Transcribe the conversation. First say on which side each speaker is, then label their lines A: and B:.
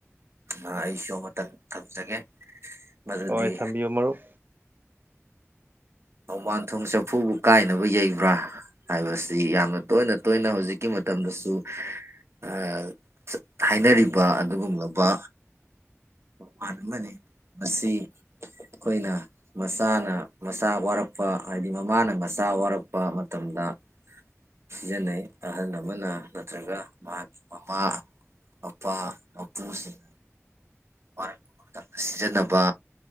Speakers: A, on the right (about 60°); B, on the right (about 40°).
A: ꯑ ꯑꯩꯁꯨ ꯑꯃꯇꯪ ꯊꯝꯖꯒꯦ ꯃꯗꯨꯗꯤ
B: ꯍꯣꯏ ꯊꯝꯕꯤꯌꯨ ꯃꯔꯨꯞ
A: ꯅꯣꯡꯕꯥꯟꯊꯣꯡ ꯆꯐꯨꯕꯨ ꯀꯥꯏꯅꯕ ꯌꯩꯕ꯭ꯔꯥ ꯍꯥꯏꯕꯁꯤ ꯌꯥꯝꯅ ꯇꯣꯏꯅ ꯇꯣꯏꯅ ꯍꯧꯖꯤꯛꯀꯤ ꯃꯇꯝꯗꯁꯨ ꯑꯥ ꯍꯥꯏꯅꯔꯤꯕ ꯑꯗꯨꯒꯨꯝꯂꯕ ꯃꯄꯥꯟ ꯑꯃꯅꯤ ꯃꯁꯤ ꯑꯩꯈꯣꯏꯅ ꯃꯆꯥꯅ ꯃꯆꯥ ꯋꯥꯔꯛꯄ ꯍꯥꯏꯗꯤ ꯃꯃꯥꯅ ꯃꯆꯥ ꯋꯥꯔꯛꯄ ꯃꯇꯝꯗ ꯁꯤꯖꯤꯟꯅꯩ ꯑꯍꯜ ꯑꯃꯅ ꯅꯠꯇ꯭ꯔꯒ ꯃꯍꯥꯛꯀꯤ ꯃꯄꯥꯥ ꯃꯄꯥ ꯃꯄꯨꯁꯤꯡ ꯋꯥꯔꯛꯄ ꯃꯇꯝꯗ ꯁꯤꯖꯤꯟꯅꯕ